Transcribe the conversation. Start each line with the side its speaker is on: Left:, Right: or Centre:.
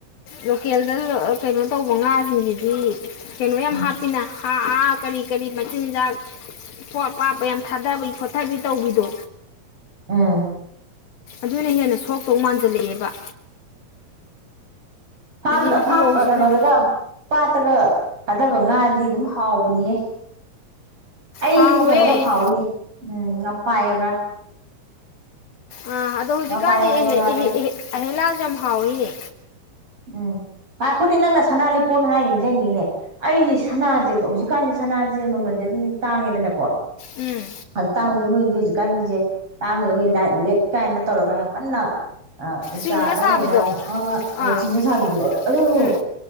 Left: ꯂꯣꯀꯦꯜꯗ ꯀꯩꯅꯣ ꯇꯧꯕ ꯉꯥꯁꯤꯡꯁꯤꯗꯤ ꯀꯩꯅꯣ ꯌꯥꯝ
Right: ꯎꯝ
Left: ꯍꯥꯞꯄꯤꯅ ꯑꯥ ꯑꯥ ꯀꯔꯤ ꯀꯔꯤ ꯃꯆꯤꯟꯖꯥꯛ ꯄꯣꯠ ꯑ ꯄꯄ ꯌꯥꯝ ꯊꯥꯗꯕꯤ ꯈꯣꯠꯊꯕꯤ ꯇꯧꯕꯤꯗꯣ
Right: ꯑꯝ
Left: ꯑꯗꯨꯅ ꯍꯦꯟꯅ ꯁꯣꯛꯇꯣꯛ ꯃꯥꯟꯁꯤꯜꯂꯛꯑꯦꯕ
Right: ꯑꯥ
Left: ꯎꯄꯨꯔꯧꯁꯤꯅ
Right: ꯐꯥꯝ ꯀꯩꯅꯣ ꯗꯒꯥ ꯄꯥꯠꯇꯒ ꯐꯥꯗꯕ ꯉꯥꯗꯤ ꯑꯗꯨꯝ ꯍꯥꯎꯕꯅꯤꯍꯦ ꯑꯩꯗꯤꯅꯦ
Left: ꯍꯥꯎꯋꯦ
Right: ꯀꯩꯅꯣꯒ ꯌꯥꯝ ꯍꯥꯎꯏꯤꯅꯦ ꯎꯝ ꯉꯥꯄꯥꯏ ꯍꯥꯏꯕ꯭ꯔꯥ
Left: ꯑ ꯑꯗꯨꯗꯣ ꯍꯧꯖꯤꯛꯀꯥꯅꯤ
Right: ꯉꯄꯥꯏ ꯍꯥꯏꯕ ꯉꯥꯗꯣ
Left: ꯑꯦꯍꯂꯥ ꯍꯥꯎꯋꯦꯅꯦ
Right: ꯎꯝ ꯉꯥꯏꯈꯣꯅꯦ ꯅꯪꯅ ꯁꯅꯥ ꯂꯩꯛꯀꯣꯟ ꯍꯥꯏ ꯅꯤꯡꯁꯤꯡꯉꯤꯅꯦ ꯑꯩꯁꯦ ꯁꯅꯥꯁꯦ ꯍꯧꯖꯤꯛꯀꯥꯟꯁꯦ ꯁꯅꯥꯁꯦ ꯃꯃꯜꯁꯦ ꯑꯗꯨꯝ ꯇꯥꯡꯉꯦꯗꯅꯀꯣ
Left: ꯎꯝ
Right: ꯑꯇꯥꯡꯕꯗꯣ ꯃꯣꯏ ꯍꯧ ꯍꯧꯖꯤꯛꯀꯥꯟꯒꯤꯁꯦ ꯇꯥꯡ <unintelligible> ꯂꯥꯏꯠ ꯋꯦꯠ ꯀꯥꯏꯅ ꯇꯧꯔꯒ ꯌꯥꯝ ꯀꯟꯅ
Left: ꯆꯤꯡꯉ
Right: ꯆꯥꯗ
Left: ꯁꯥꯕꯤꯗꯣ
Right: ꯀꯩꯗ ꯃꯌꯥꯝ ꯑꯃ
Left: ꯑꯥ
Right: ꯆꯤꯡꯅ ꯁꯥꯕꯤꯗꯣ ꯑꯗꯨꯕꯨ
Left: ꯎꯝ